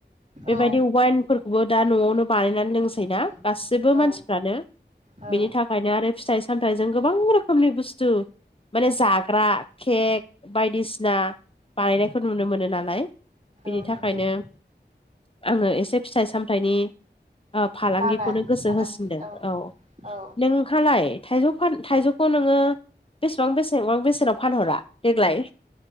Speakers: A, on the left (about 30°); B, on the right (about 40°).
A: बेबायदि
B: औ
A: वाइनफोरखौबो दा न'आवनो बानायनानै लोंसै
B: उम
A: ना गासिबो
B: औ
A: मानसिफ्रानो,
B: औ
A: बिनि थाखायनो आरो फिथाइ सामथाइजों गोबां रोखोमनि बुस्थु माने जाग्रा केक बायदिसिना बानायनायखौ नुनो मोनो नालाय बिनि
B: औ
A: थाखायनो
B: नंगौ
A: आङो एसे फिथाइ सामथाइनि ओ फालांगि
B: बागान
A: खौनो गोसो
B: फालांगि
A: होसिनदों औ
B: औ
A: नों खालाय थाइजौ फान थाइजौखौ नोङो बेसेबां बेसेबां बेसेनाव फानहरा देग्लाय?